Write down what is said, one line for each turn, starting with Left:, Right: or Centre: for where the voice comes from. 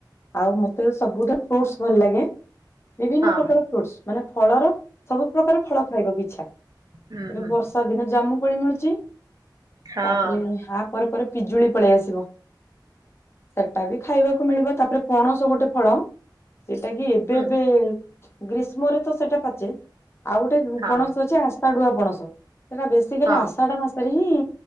Left: ଆଉ ମତେ ସବୁ ଟା ଫ୍ରୁଟ୍ସ ଭଲ ଲାଗେ। ବିଭିନ୍ନ
Right: ହଁ
Left: ପ୍ରକାର ଫ୍ରୁଟ୍ସ ମାନେ ଫଳର ସବୁ ପ୍ରକାର ଫଳ ଖାଇବାକୁ ଇଛା।
Right: ହୁଁ
Left: ଏବେ
Right: ହୁଁ
Left: ବର୍ଷା ଦିନ ଜାମୁ କୋଳି ମିଳୁଛି।
Right: ହଁ
Left: ତାପରେ ଆ ପରେ ପରେ ପିଜୁଳି ପଳେଇ ଆସିବ। ସେଟା ବି ଖାଇବାକୁ ମିଳିବ ତାପରେ ପଣସ ଗୋଟେ ଫଳ ସେଟା କି ଏବେ
Right: ହୁଁ
Left: ଏବେ ଗ୍ରୀଷ୍ମରେ ତ ସେଇଟା ପାଚେ ଆଉ ଗୋଟେ
Right: ହଁ
Left: ପଣସ ଅଛି ଆସ୍ତା ଡୁଆ ପଣସ ସେଟା ବେଶୀ ବେଶିକାଲି
Right: ହଁ
Left: ଆଷାଢ ମାସରେ ହିଁ